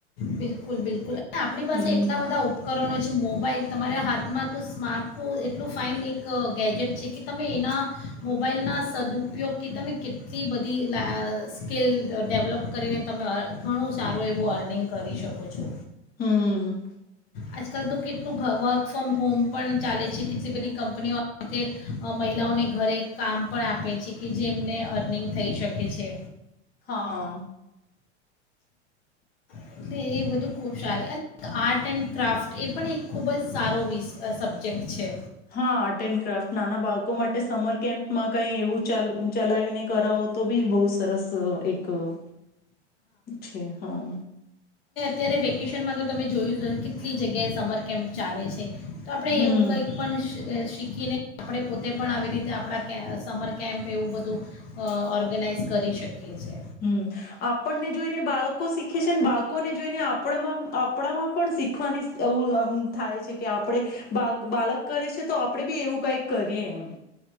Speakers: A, on the left (about 55°); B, on the left (about 25°).
A: બિલકુલ બિલકુલ આપણી પાસે
B: હમ
A: એટલા બધા ઉપકરણો છે. મોબાઈલ તમારા હાથમાં તો સ્માર્કું એટલું ફાઇન એક ગેજેટ છે કે તમે એના મોબાઈલના સદઉપયોગથી તમે કેટલી બધી લા સ્કીલ ડેવલપ કરીને તમે ઘણું સારો એવો અર્નિંગ કરી શકો છો.
B: હમ્મ.
A: આજકાલ તો કેટલું અહ વર્ક ફ્રોમ હોમ પણ ચાલે છે કેટલી બધી કંપનીઓ અહ તે મહિલાઓને ઘરે કામ પણ આપે છે કે જેમને અર્નિંગ થઈ શકે છે.
B: હા.
A: એટલે એ બધું ખૂબ સારું અને આર્ટ એન્ડ ક્રાફ્ટ એ પણ એક ખૂબ જ સારો વિશ અહ સબ્જેક્ટ છે.
B: હા આર્ટ એન્ડ ક્રાફ્ટ નાના બાળકો માટે સમર કેમ્પમાં કઈ એવું ચલ ચલાવીને કરાવો તો બી બહુ અહ સરસ એક અહ છે હા.
A: ત્યારે વેકેશનમાં તો તમે જોયું છો કેટલી જગ્યાએ સમર કેમ્પ ચાલે છે. તો આપડે
B: હમ
A: એવું કંઈક પણ સે શ શીખીને આપડે પોતે પણ આવી રીતે આપડા કે અસ સમર કેમ્પ એવું બધું અહ ઓર્ગેનાઈઝ કરી શકીએ છીએ.
B: હમ્મ, આપણને જોઈને બાળકો શીખે છે ને બાળકોને જોઈને આપણામાં આપણામાં પણ શીખવાની એઉ થાય છે કે આપણે બા બાળક કરે છે તો આપડે બી એવું કઈક કરીએ એમ